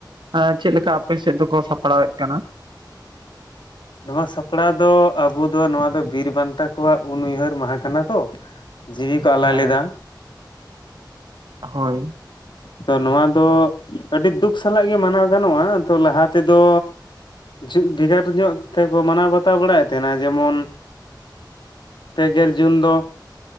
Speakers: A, on the right (about 80°); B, on the left (about 80°).
A: ᱟ ᱪᱮᱫ ᱞᱮᱠᱟ ᱟᱯᱮ ᱥᱮᱫ ᱫᱚᱠᱚ ᱥᱟᱯᱲᱟᱣᱮᱫ ᱠᱟᱱᱟ?
B: ᱱᱚᱣᱟ ᱥᱟᱯᱲᱟᱣ ᱫᱚ ᱟᱵᱚ ᱫᱚ ᱱᱚᱣᱟ ᱫᱚ ᱵᱤᱨ ᱵᱟᱱᱴᱟ ᱠᱚᱣᱟᱜ ᱩᱱ-ᱩᱭᱦᱟᱹᱨ ᱢᱟᱦᱟ ᱠᱟᱱᱟ ᱛᱚ᱾ ᱡᱤᱣᱤ ᱠᱚ ᱟᱞᱟᱭ
A: ᱦᱮᱸ
B: ᱞᱮᱫᱟ᱾
A: ᱦᱳᱭ᱾
B: ᱛᱚ ᱱᱚᱣᱟ ᱫᱚ ᱟᱹᱰᱤ ᱫᱩᱠ ᱥᱟᱞᱟᱜ ᱜᱮ ᱢᱟᱱᱟᱣ ᱜᱟᱱᱚᱜ-ᱟ᱾ ᱛᱚ ᱞᱟᱦᱟ ᱛᱮᱫᱚ ᱡᱩᱜ ᱵᱷᱮᱜᱟᱨ ᱧᱚᱜ ᱛᱮᱠᱚ ᱢᱟᱱᱟᱣ ᱵᱟᱛᱟᱣ ᱵᱟᱲᱟᱭᱮᱫ ᱛᱟᱦᱮᱱᱟ ᱡᱮᱢᱚᱱ ᱯᱮ ᱜᱮᱞ ᱡᱩᱱ ᱫᱚ